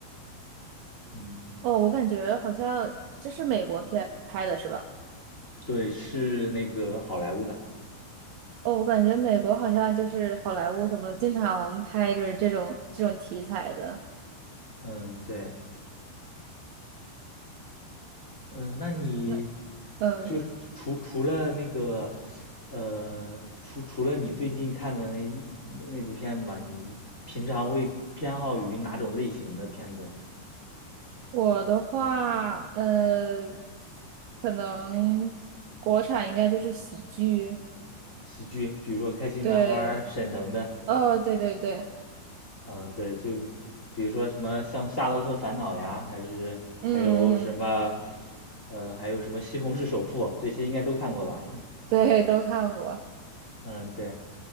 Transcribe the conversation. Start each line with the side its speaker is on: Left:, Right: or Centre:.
Left: 嗯，
Right: 哦，我感觉好像这是美国片拍的是吧？
Left: 对，是那个好莱坞的。
Right: 哦，我感觉美国好像就是好莱坞什么的，经常拍就是这种这种题材的。
Left: 嗯，对，嗯，那你
Right: 那。嗯。
Left: 就是除除了那个，
Right: 呃
Left: 呃，除除了你最近看的那那那部片子吧，你平常会偏好于哪种类型的片子呢？
Right: 我的话，呃，可能国产应该就是喜剧，
Left: 喜剧，比如说开心麻花、
Right: 对，
Left: 沈腾的。
Right: 哦，对对对，
Left: 嗯，对，就比如说什么像《夏洛特烦恼》呀，还是还有什么，
Right: 嗯嗯，
Left: 呃，还有什么《西红柿首富》，这些应该都看过吧？
Right: 对，都看过。
Left: <laughs> 嗯，对。